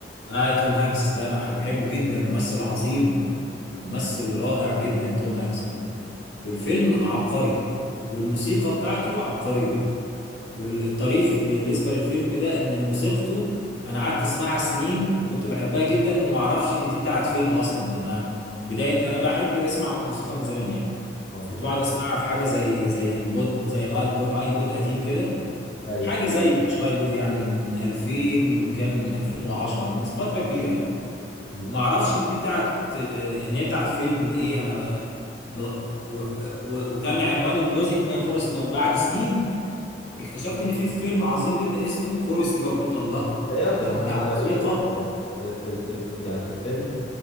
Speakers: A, on the left; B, on the left.
A: اه توم هانكس ده انا ح- بحبه جدا ممثل عظيم ممثل رائع جدا توم هانكس ده والفيلم عبقري والموسيقى بتاعته عبقرية والطريف بالنسبة للفيلم ده ان موسيقته انا قعدت اسمعها سنين وكنت بحبها جدا وما اعرفش ان دي بتاعت فيلم اصلا انا بداية انا بحب اسمع الموسيقى من زمان يعني
B: اه
A: كنت بقعد اسمعها في حاجة زي زي البود زي الايبود ايبود قديم كده
B: ايوه
A: حاجه زيه مش ايبود يعني من 2000 وكام من 2010 من فتره كبيره يعني
B: مم.
A: وما اعرفش ان دي بتاعت آه، ان هي بتاعت فيلم ايه انا لغ- و... و... وكان عنوان الميوزك ان هي فورست جام بعد سنين اكتشفت ان في فيلم عظيم جدا اسمه فورست جام قلت الله
B: ده ايه اكتر
A: ده ده
B: حاجة عجبتك
A: الموسيقى
B: في في في, في يعني في الفيلم